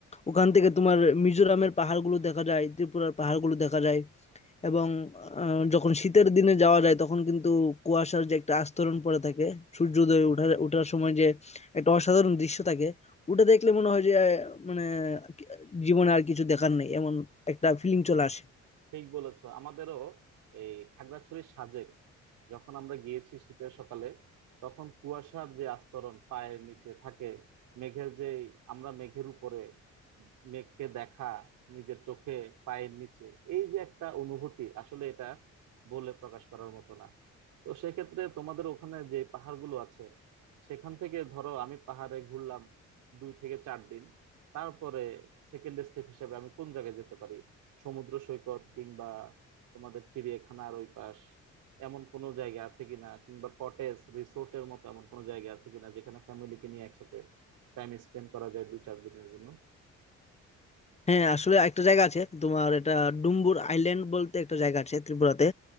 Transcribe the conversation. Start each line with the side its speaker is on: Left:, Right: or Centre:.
Left: ওখান থেকে তোমার মিজোরামের পাহাড়গুলো দেখা যায় ত্রিপুরার পাহাড়গুলো দেখা যায় এবং আহ, যখন শীতের দিনে যাওয়া যায় তখন কিন্তু কুয়াশার যে একটা আস্তরণ পড়ে থাকে সূর্যোদয় ওঠার ওঠার সময় যে একটা অসাধারণ দৃশ্য থাকে ওটা দেখলে মনে হয় যে আহ, মানে জীবনে আর কিছু দেখার নেই এমন একটা ফিলিং চলে আসে
Right: ঠিক বলেছো আমাদেরও এই খাগড়াছড়ির সাজেক যখন আমরা গিয়েছি শীতের সকালে তখন কুয়াশার যে আস্তরণ পায়ের নিচে থাকে মেঘের যে আমরা মেঘের উপরে মেঘকে দেখা নিজের চোখে পায়ের নিচে এই যে একটা অনুভূতি আসলে এটা বলে প্রকাশ করার মতো না তো সেক্ষেত্রে তোমাদের ওখানে যে পাহাড়গুলো আছে সেখান থেকে ধরো আমি পাহাড়ে ঘুরলাম দুই থেকে চার দিন তারপরে সেকেন্ড স্টেপ হিসেবে আমি কোন জায়গায় যেতে পারি সমুদ্র সৈকত কিংবা তোমাদের চিড়িয়াখানার ওই পাশ এমন কোনো জায়গা আছে কিনা কিংবা কটেজ রিসোর্টের মতো এমন কোনো জায়গা আছে কিনা যেখানে ফ্যামিলিকে নিয়ে একসাথে টাইম স্পেন্ড করা যায় দু চার দিনের জন্য
Left: হ্যাঁ আসলে একটা জায়গা আছে তোমার এটা ডুম্বুর আইল্যান্ড বলতে একটা জায়গা আছে ত্রিপুরাতে